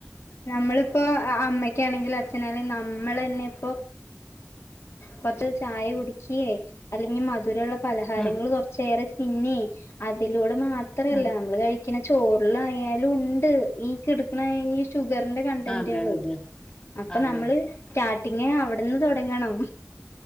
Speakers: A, on the left; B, on the left.
A: നമ്മളിപ്പോ അ അമ്മയ്ക്കാണെങ്കിലും അച്ഛനാണെങ്കും നമ്മളെന്നെ ഇപ്പോ കൊറച്ച് ചായ കുടിക്ക്യേ അല്ലെങ്കി മധുരള്ള പലഹാരങ്ങൾ
B: ഉം
A: കൊറച്ച് ച്ചേറെ തിന്നേ അതിലൂടെ മാത്രല്ല
B: ഉം
A: നമ്മള് കഴി ക്ക്ണ ചോറിലായാലും ഇണ്ട് ഈ കിട് ക്കണ ഈ ഷുഗറിന്റെ കണ്ടന്റാണ്
B: അതെ അതെ
A: അപ്പ
B: അതെ
A: നമ്മള് സ്റ്റാർട്ടിങ്ങ് അവിടുന്ന് തൊടങ്ങണം